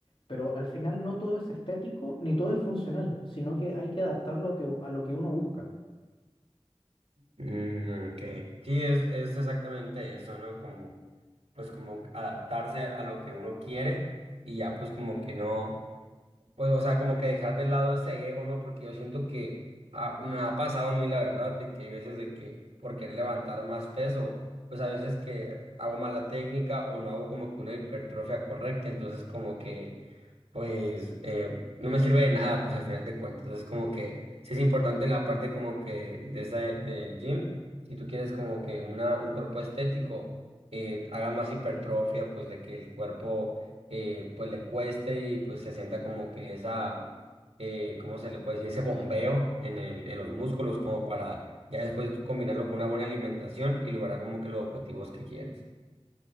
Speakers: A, on the left; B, on the right.
A: Pero al final no todo es estético ni todo es funcional, sino que hay que adaptarlo a que- a lo que uno busca.
B: Mm, ok. Sí, es, es exactamente eso, ¿no? Como, pues como adaptarse a lo que uno quiere y ya pues como que no, pues o sea, como que dejar de lado ese ego, ¿no? Porque yo siento que ah, me ha pasado a mí la verdad, de que hay veces de que por querer levantar más peso, pues a veces que hago mala técnica o no hago como que una hipertrofia correcta, entonces como que pues eh, no me sirve de nada, pues al final de cuentas. Entonces, como que sí es importante en la parte como que de esa, del gym, si tú quieres como que una, un cuerpo estético eh, haga más hipertrofia, pues de que el cuerpo eh, pues le cueste y pues se sienta como que esa, eh, ¿cómo se le puede decir? Ese bombeo en el, en los músculos como para ya después combinarlo con una buena alimentación y lograr como que los objetivos que quieres.